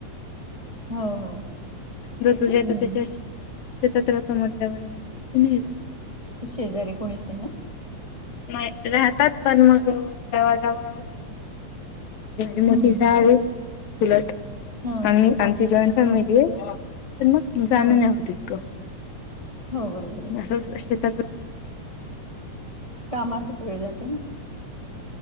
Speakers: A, on the right; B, on the left.
A: हो हो
B: जो तुजेत
A: हम्म
B: त्याच्याशी शेतात रातो म्हटल्यावर म नाही
A: शेजारी कोणीच नाही ना
B: नाही राहतात पण मग कवा, कवा माझी मोठी
A: हम्म
B: जाऊ आहे चुलत
A: हा
B: आम्ही आमची जॉइन फॅमिली
A: ह
B: आहे तर मग जाण
A: ह
B: नाय होत इतकं
A: हो बरोबर आहे
B: असं शेतात
A: कामाचाच वेळ जातो ना